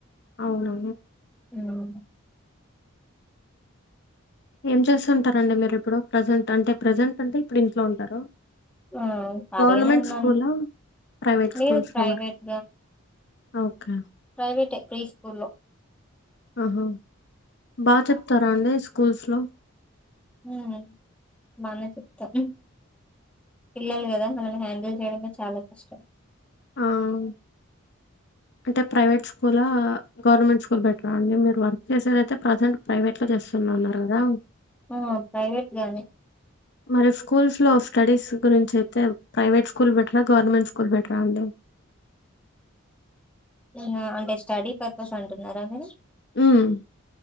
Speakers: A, on the left; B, in the centre.
A: అవునా
B: ఉమ్
A: ఏం చేస్తుంటారండి మీరు ఇప్పుడు ప్రజెంట్ అంటే ప్రజెంట్ అంటే ఇప్పుడు ఇంట్లో ఉంటారా
B: ఆ ఖాళీగానే
A: గవర్నమెంట్
B: ఉన్నాను
A: స్కూలా ప్రైవేట్ స్కూల్స్
B: లేదు
A: లో
B: ప్రైవేట్
A: వర్క్ ఓకే
B: ప్రైవేటె ప్రీ స్కూల్లో
A: ఆహా బాగ చెప్తారా అండి స్కూల్స్లో
B: ఉమ్ బానే చెప్తా పిల్లలు గదా వాళ్ళని హ్యాండిల్ చేయడమే చాలా కష్టం
A: అవును అంటే ప్రైవేట్ స్కూలా గవర్నమెంట్ స్కూల్ బెటరా అండి మీరు వర్క్ చేసేది అయితే ప్రసెంట్ ప్రైవేట్ లో చేస్తున్నా అన్నరు కదా
B: ఆ ప్రైవేట్ గానే
A: మరి స్కూల్స్ లో స్టడీస్ గురించి అయితే ప్రైవేట్ స్కూల్ బెటరా గవర్నమెంట్ స్కూల్ బెటరా అండి
B: ఆ అంటే స్టడీ పర్పస్ అంటున్నారా మీరు
A: ఉమ్